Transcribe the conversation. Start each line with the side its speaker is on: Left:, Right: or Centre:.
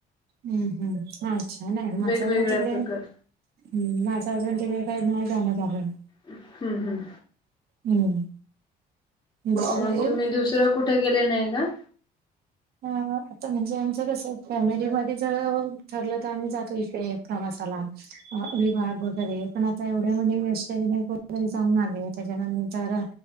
Right: हम्म हम्म अच्छा नाही माझं
Left: वेगवेगळ्या
Right: अजून तिकडे
Left: प्रकारचे
Right: हम्म माझं अजून तिकडे काही नाही जाणं झालं.
Left: हम्म हम्म
Right: हम्म बघ,
Left: मग तुम्ही दुसरं कुठे गेले नाही का?
Right: हम्म ह आता म्हणजे आमचं कसं फॅमिलीमध्ये जर ठरलं तर आम्ही जातो इकडे प्रवासाला अ विभाग वगैरे पण आता एवढ्यामध्ये वेस्ठतरी जाऊन आले त्याच्यानंतर